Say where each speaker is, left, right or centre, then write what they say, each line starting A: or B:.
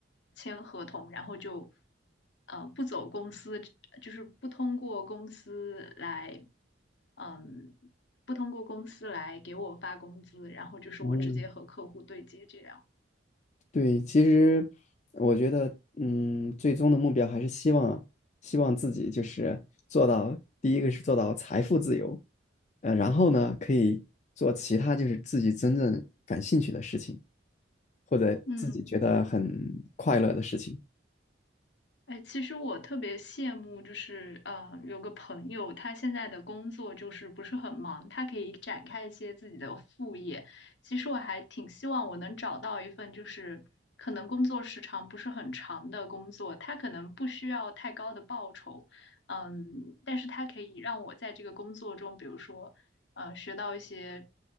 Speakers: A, on the left; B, on the left.
A: 签合同，然后就呃不走公司，就是不通过公司来嗯不通过公司来给我发工资，然后就是我直接和客户对接这样。
B: 嗯。对，其实我觉得，嗯，最终的目标还是希望，希望自己就是做到，第一个是做到财富自由，呃，然后呢，可以做其他就是自己真正感兴趣的事情，或者自己觉得很快乐的事情。
A: 嗯。哎，其实我特别羡慕，就是呃，有个朋友，他现在的工作就是不是很忙，他可以展开一些自己的副业。其实我还挺希望我能找到一份，就是可能工作时长不是很长的工作，他可能不需要太高的报酬，嗯，但是他可以让我在这个工作中，比如说呃学到一些